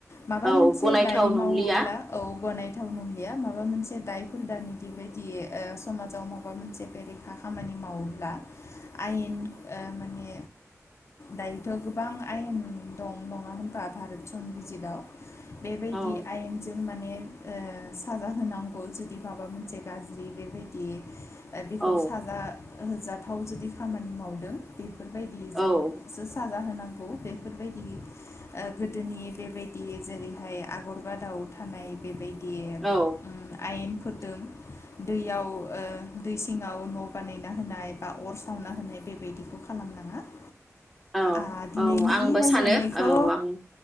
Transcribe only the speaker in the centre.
औ
गनायथाव
नंलिया
औ
औ
औ
औ।
औ
औ आंबो
सानो औ आं